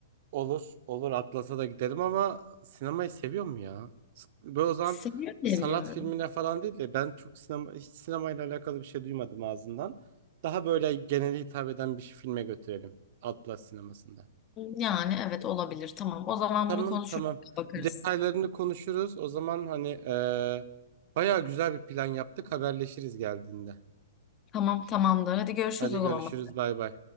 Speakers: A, on the right; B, on the left.
A: Olur, olur. Atlas'a da giderim ama sinemayı seviyorum ya. S- Böyle o zaman
B: Seviyor diye
A: sanat
B: biliyorum.
A: filmine falan değil de ben çok sinema, hiç sinemayla alakalı bir şey duymadım ağzından. Daha böyle genele hitap eden bir filme götürelim. Atlas sinemasında.
B: Yani evet olabilir. Tamam. O zaman
A: Tamam
B: bunu konuşuruz,
A: tamam.
B: bakarız.
A: Detaylarını konuşuruz. O zaman hani eee bayağı güzel bir plan yaptık. Haberleşiriz geldiğinde.
B: Tamam tamamdır. Hadi görüşürüz
A: Hadi
B: o
A: görüşürüz.
B: zaman.
A: Bay bay.